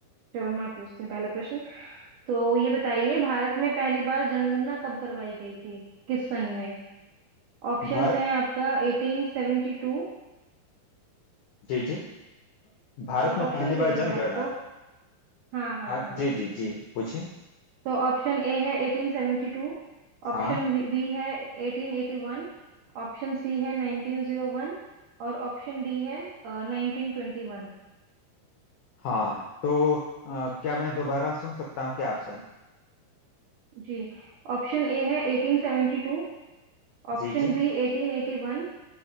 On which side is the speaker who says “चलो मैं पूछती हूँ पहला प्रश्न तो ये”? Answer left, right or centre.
Right